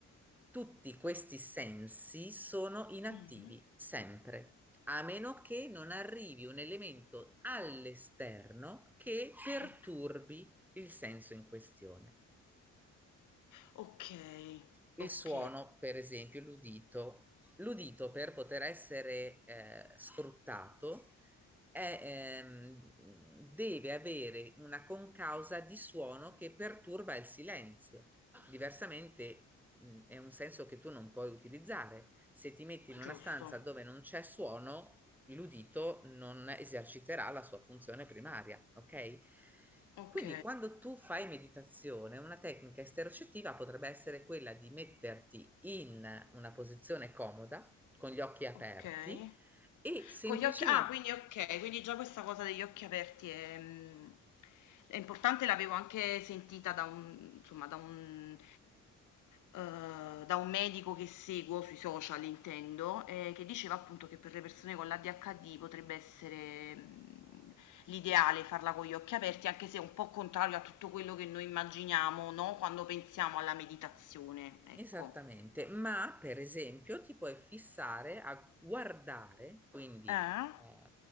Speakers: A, in the centre; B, on the left (about 80°).
A: tutti questi sensi sono inattivi
B: Mhm,
A: sempre, a meno che non arrivi un elemento all'esterno che perturbi
B: Ok,
A: il senso in questione.
B: ok,
A: Il
B: ok,
A: suono, per esempio, l'udito. L'udito per poter essere eh, sfruttato è, ehm, deve avere una concausa di suono che perturba il silenzio. Diversamente mh, è un senso che tu non puoi utilizzare. Se ti metti in una
B: giusto.
A: stanza dove non c'è suono, l'udito non eserciterà la sua funzione primaria, ok?
B: Ok,
A: Quindi quando tu fai meditazione, una tecnica esterocettiva potrebbe essere quella di metterti in una posizione comoda, con gli occhi aperti
B: ok.
A: e semplicemente
B: Con gli occhi ah, quindi okay, quindi già questa cosa degli occhi aperti è mhmm, è importante, l'avevo anche sentita da un insomma da un uhm, da un medico che seguo sui social intendo, ehm, che diceva appunto che per le persone con l'ADHD potrebbe essere, mhmm, l'ideale farla con gli occhi aperti, anche se è un po' contrario a tutto quello che noi immaginiamo, no, quando pensiamo alla meditazione, ecco.
A: Esattamente, ma per esempio ti puoi fissare a guardare, quindi
B: Eh?
A: eh,